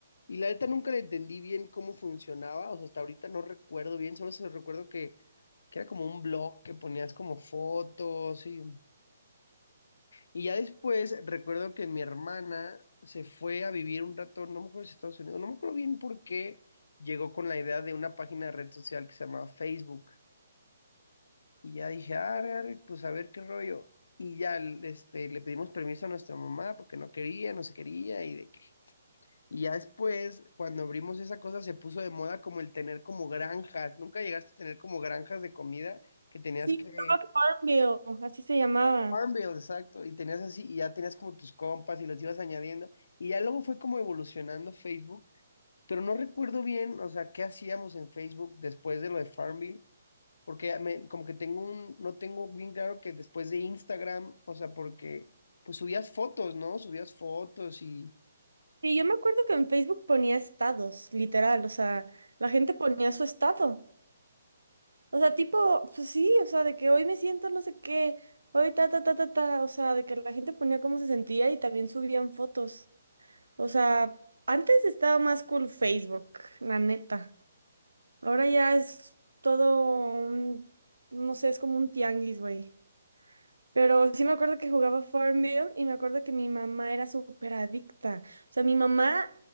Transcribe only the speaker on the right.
Sí,
Cloud Farmville, así se llamaba.
Sí, yo me acuerdo que en Facebook ponía estados, literal, o sea, la gente ponía su estado. O sea, tipo, pues sí, o sea, de que hoy me siento no sé qué, hoy ta, ta, ta, ta, ta, o sea, de que la gente ponía cómo se sentía y también subían fotos. O sea, antes estaba más cool Facebook, la neta. Ahora ya es todo un, no sé, es como un tianguis, güey. Pero sí me acuerdo que jugaba Farmville y me acuerdo que mi mamá era súper adicta. O sea, mi mamá